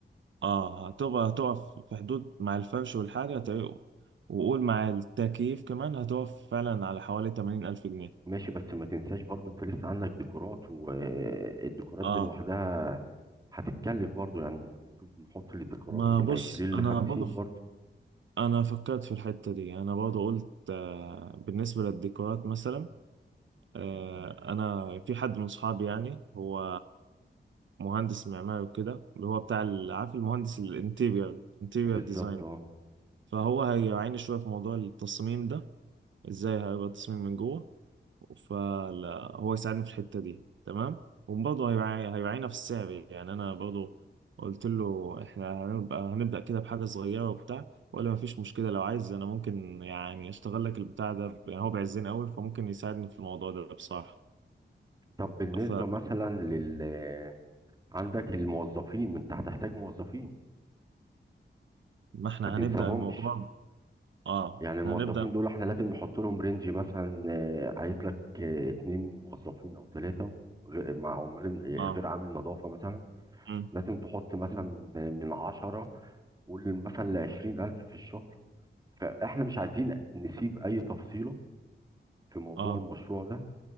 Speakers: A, on the right; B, on the right.
A: اه هتبقى هتقف في حدود مع الفرش والحاجة هتبقى وقول مع التكييف كمان هتقف فعلا على حوالي 80 ألف جنيه
B: ماشي بس ما تنساش برضو انت لسه عندك ديكورات والديكورات
A: اه
B: دي لوحدها هتتكلف برضو يعني ممكن نحط للديكورات
A: ما
B: من
A: بص
B: 20
A: أنا
B: ل 50
A: برضه ف-
B: برضو
A: أنا فكرت في الحتة دي أنا برضه قلت آه بالنسبة للديكورات مثلا آه أنا في حد من صحابي يعني هو مهندس معماري وكده اللي هو بتاع ال- عارف المهندس الانتيريور انتيريور
B: بالظبط
A: ديزاين
B: اه
A: فهو هيعاني شوية في موضوع التصميم ده ازاي هيبقى التصميم من جوه فلا هو يساعدني في الحتة دي تمام وبرضه هيبقى هيوعينا في السعر يعني انا برضه قلت له احنا هنبقى هنبدأ كده بحاجة صغيرة وبتاع ولا ما فيش مشكلة لو عايز انا ممكن يعني اشتغل لك البتاع ده ب- يعني هو بيعزني قوي فممكن يساعدني في الموضوع ده بصراحة
B: طب بالنسبة
A: فما
B: مثلا لل آه، عندك الموظفين انت هتحتاج موظفين
A: احنا
B: ما تنساهمش
A: هنبدأ الموضوع اه
B: يعني
A: احنا
B: الموظفين
A: هنبدأ
B: دول احنا لازم نحط لهم رينج مثلا آه، عايز لك آه، اتنين موظفين او ثلاثة مع عمال
A: اه
B: آه، غير عامل نظافة مثلا
A: مم.
B: لازم تحط مثلا آه، من عشرة قول مثلا لعشرين ألف في الشهر فاحنا مش عايزين نسيب أي تفصيلة في موضوع
A: اه
B: المشروع ده